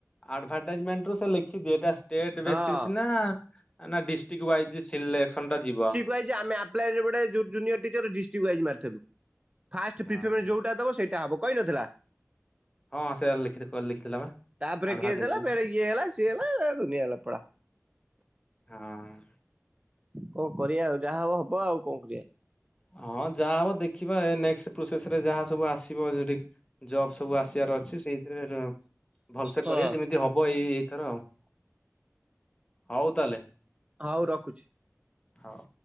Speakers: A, on the left; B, on the right.
A: ଆଡ଼ଭାଟାଇଜମେଣ୍ଟରୁୁ ସେ ଲେଖି ଦିଏ ଏଟା ଷ୍ଟେଟ୍ ବେସିସ୍
B: ହଁ।
A: ନା, ନା ଡିଷ୍ଟିକ୍ ୱାଇଜ୍ ସିଲେକ୍ସନ ଟା ଯିବ।
B: ୱାଇଜି ଆମେ ଆପ୍ଲାଏ ରେ ଗୋଟେ ଯୋଉ ଜୁନିଅର୍ ଟିଚର୍ ଡିଷ୍ଟିକ୍ ୱାଇଜ୍ ମାରିଥିଲୁ। ଫାଷ୍ଟ
A: ହଁ
B: ପ୍ରିଫିୟମ୍ ରେ ଯୋଉଟା ଦବ ସେଇଟା ହବ କହିନଥିଲା?
A: ହଁଁ ସେୟା ଲେଖିଥି ଓ ଲେଖିଥିଲା ବା।
B: ତାପରେ
A: ଆଡଭାଟାଇଜରେ
B: କେସ୍ ହେଲା ଫେରେ ଇଏ ହେଲା ସିଏ ହେଲା ଦୁନିଆ ଲଫଡା।
A: ହଁ ହୁଁ,।
B: କଣ କରିବା ଆଉ, ଯାହା ହବ ହବ ଆଉ କଣ କରିବା।
A: ହଁ ଯାହା ହବ ଦେଖିବା ଏ ନେକ୍ସଟ୍ ପ୍ରୋସେସ୍ ରେ ଯାହା ସବୁ ଆସିବ ଯଦି ଜବ୍ ସବୁ ଆସିବାର ଅଛି ସେଇଥିରେ ର ଭଲସେ
B: ହଁ
A: କରିବା ଯେମିତି ହବ ଏଇ ଏଇଥର ଆଉ, ହଉ ତାହେଲେ
B: ହଉ ରଖୁଛି।
A: ହଉ।